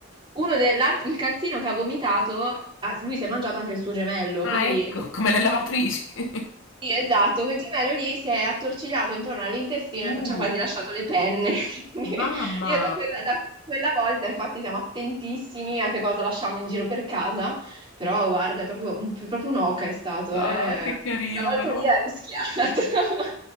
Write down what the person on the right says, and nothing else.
uno de- l'alt- il calzino che ha vomitato, ah, lui si è mangiato anche il suo gemello,
quindi...
Sì, esatto, quel gemello lì si è attorcigliato intorno all'intestino
e ci ha quasi lasciato le penne. <laughs> Quindi
Io da quella, da quella volta, infatti, siamo attentissimi a che cosa lasciamo in giro per casa, però guarda, è proprio, un, proprio un'oca è stato,
eh.
Una volta
lì ha rischiato. <laughs>